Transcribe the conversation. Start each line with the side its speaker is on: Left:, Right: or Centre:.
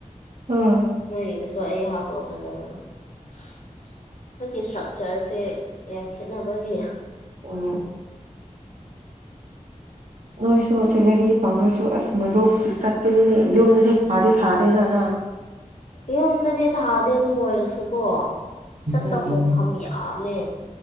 Right: <unintelligible>
Left: ꯅꯣꯏꯒꯤꯗꯨꯁꯨ ꯑꯩ ꯍꯥꯞꯄꯒ ꯐꯖꯔꯣꯏ <unintelligible> ꯑꯩꯈꯣꯏꯒꯤ ꯏꯁ꯭ꯇ꯭ꯔꯛꯆꯔꯁꯦ ꯌꯥꯝ ꯈꯦꯠꯅꯕꯒꯤ
Right: ꯎꯝ ꯅꯣꯏꯁꯨ ꯁꯦꯂꯔꯤ ꯐꯪꯉꯁꯨ ꯑꯁ ꯃꯔꯨꯞ ꯄꯤꯈꯠꯀꯅꯤ ꯌꯨꯝꯗꯗꯤ ꯊꯥꯗꯤ ꯊꯥꯗꯦ ꯅꯅ
Left: ꯌꯨꯝꯗꯗꯤ ꯊꯥꯗꯦ ꯑꯗꯨ ꯑꯣꯏꯔꯁꯨꯀꯣ ꯆꯠꯄ
Right: ꯎꯝ
Left: ꯄꯣꯠꯐꯝ <unintelligible> ꯌꯝꯃꯦ